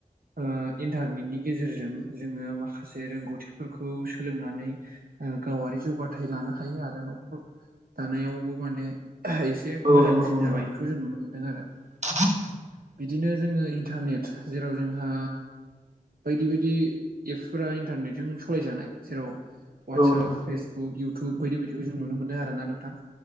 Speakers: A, on the right (about 75°); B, on the right (about 50°).
A: ओ इन्टारनेटनि गेजेरजों जोङो माखासे माखासे रोंगौथिफोरखौ सोलोंनानै गावारि जौगाथाय लानो हायो आरो न'खर दानायावबो माने एसे
B: औ
A: मोजांसिन
B: नंगौ नंगौ नोंथां
A: जाबाय बेखौ जों नुनो मोनदों आरो
B: <inaudible>
A: बिदिनो जोङो इन्टारनेट जेराव जोंहा बायदि बायदि एफ फोर इन्टारनेटजों सालायजानाय जेराव ववाट्सप
B: औ नंगौ नंगौ
A: फेसबुक युब बायदि बायदिखौ जों नुनो मोनदों आरो ना नोंथां।